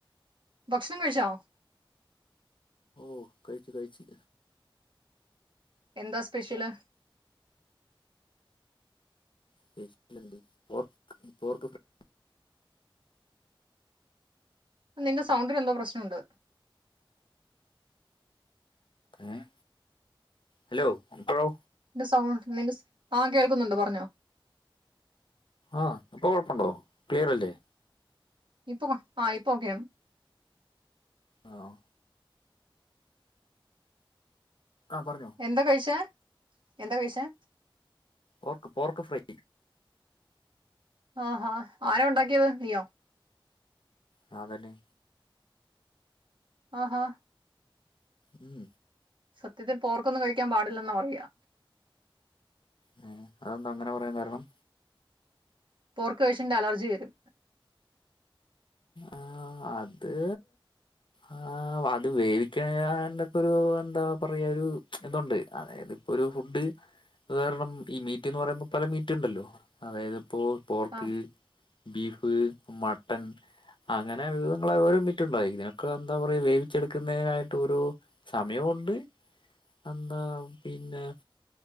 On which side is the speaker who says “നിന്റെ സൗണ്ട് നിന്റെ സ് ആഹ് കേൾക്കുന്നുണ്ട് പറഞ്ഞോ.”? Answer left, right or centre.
Right